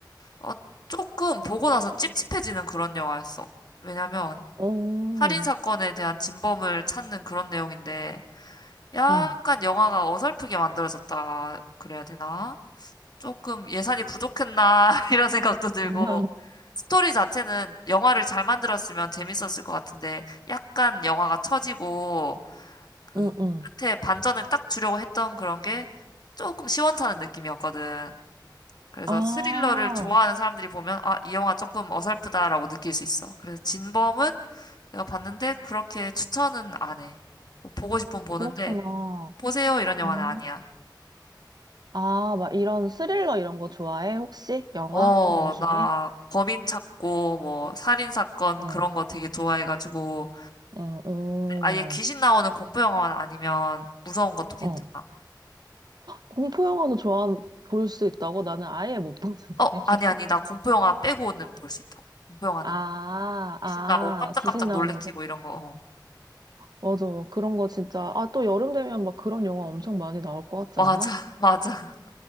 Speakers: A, on the left; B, on the right.
A: 어, 조금 보고 나서 찝찝해지는 그런 영화였어. 왜냐면,
B: 어
A: 살인 사건에 대한 진범을 찾는 그런 내용인데, 약간
B: 응.
A: 영화가 어설프게 만들어졌다. 그래야 되나? 조금 예산이 부족했나 <laughs> 이런 생각도 들고
B: <laughs>
A: 스토리 자체는 영화를 잘 만들었으면 재밌었을 것 같은데 약간 영화가 처지고 그
B: 응응.
A: 끝에 반전을 딱 주려고 했던 그런 게 조금 시원찮은 느낌이었거든. 그래서
B: 아,
A: 스릴러를 좋아하는 사람들이 보면 아, 이 영화 조금 어설프다라고 느낄 수 있어. 그래서 진범은 내가 봤는데 그렇게 추천은 안 해. 뭐 보고 싶으면 보는데
B: 그렇구나.
A: 보세요 이런 영화는
B: 음.
A: 아니야.
B: 아, 막 이런 스릴러 이런 거 좋아해? 혹시? 영화
A: 어,
B: 종류 중에?
A: 나 범인 찾고 뭐 살인 사건
B: 어,
A: 그런 거 되게 좋아해가지고
B: 어, 어,
A: 아예 귀신 나오는 공포 영화만 아니면 무서운 것도 괜찮아.
B: 어. 공포 영화도 좋아, 볼 수 있다고? 나는 아예 못 보는데.
A: 어,
B: <laughs>
A: 아니 아니 나 공포 영화 빼고는 볼 수 있다고. 공포 영화는
B: 아, 아,
A: 귀신 나오고 깜짝깜짝
B: 귀신 나오는
A: 놀래키고
B: 거.
A: 이런 거. 어.
B: 맞아. 그런 거 진짜. 아, 또 여름 되면 막 그런 영화 엄청 많이 나올 것 같지
A: 맞아,
B: 않아?
A: <laughs> 맞아.